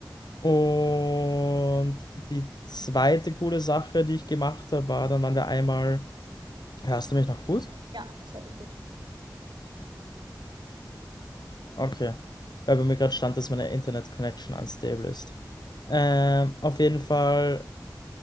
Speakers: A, on the left; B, on the right.
A: Und die zweite coole Sache, die ich gemacht habe, war, dann waren wir einmal. Hörst du mich noch gut?
B: Ja, ich höre dich gut.
A: Okay. Weil bei mir gerade stand, dass meine Internet-Connection unstable ist. Ähm, auf jeden Fall,